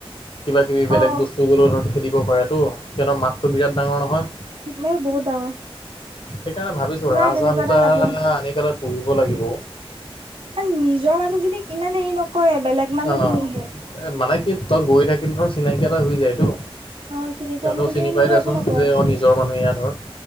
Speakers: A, on the left; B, on the right.
A: কিবা কিবি বেলেগ
B: অ'
A: বস্তু যি গ'লো ধৰ খেদিব পাৰে তো সিহঁতৰ মাতটো বিৰাট ডাঙৰ নহয়।
B: মই বহুত ডাঙৰ,
A: সেইকাৰণে ভাবিছো
B: নাই
A: ৰাজহাঁহ
B: তেনেকুৱা
A: দুটা
B: এটা লাগে।
A: আনি পেলাই পুহিব লাগিব।
B: নিজৰ মানুহখিনিক ইমান হেৰি নকৰে বেলেগ মানুহখিনিহে।
A: অ, এ মানে কি তই গৈ থাকিল ধ চিনাকি এটা হৈ যায় তো।
B: অ চিনি পোৱা
A: সিহঁতেও
B: মানুহখিনি
A: চিনি পাই
B: কিন্তু
A: দোচোন
B: একো নকৰে
A: যে অ, নিজৰ মানুহ ইয়া ধৰ।